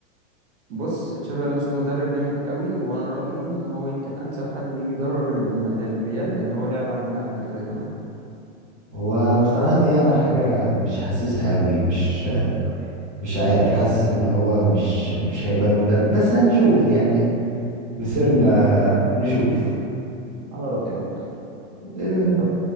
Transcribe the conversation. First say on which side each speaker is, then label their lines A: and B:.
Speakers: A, on the right (about 65°); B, on the right (about 25°).
A: بص تشابي الونسو مدرب جامد قوي وانا رأيي ان هو يمكن انسب حد يجي يدرب الم- الريال لان هو لعب عندنا قبل كده كمان
B: هو بصراحة دي أنا حاجة مش حاسسها أوي مش مش عارف حاسس إن هو مش مش هيبقى المدرب بس هنشوف يعني مسيرنا نشوف
A: على رأيك
B: إيه ده؟
A: طب